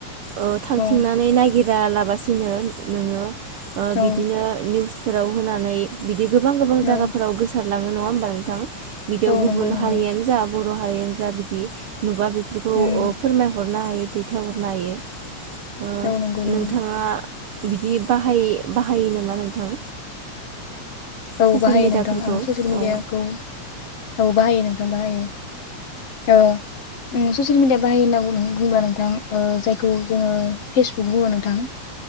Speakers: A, on the right (about 75°); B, on the left (about 55°).
A: ओ थांथिंनानै
B: औ
A: नागिर रा लाबासिनो नोङो ओ
B: औ
A: बिदिनो निउस फोराव होनानै बिद दि गोबां गोबां
B: औ
A: जागाफोराव गोसार लाङो नङा होमबा नोंथां? बिदियाव
B: औ
A: गुबुन
B: नंगौ नंगौ
A: हारियानो जा बर बर' हारियानो जा बिदि नुबा बेफोरखौ ओ
B: उम
A: फोरमायहर हरनो हायो दैथायहरनो हायो। ओ
B: औ नंगौ नंगौ
A: नोंथाङा बिदि बाहाय बाहायो नामा नोंथां?
B: औ
A: ससियेल
B: बाहायो
A: मिडियाफोरखौ
B: नोंथां ओं ससियेल मिडियाखौ
A: अ
B: औ बाहायो नोंथ ओं बाहायो। औ उम ससियेल मिडिया बाहायो होनां बुंदों ओ बुंब्ला नोंथां ओ जायखौ जोङो फेसबुक बुङो नोंथां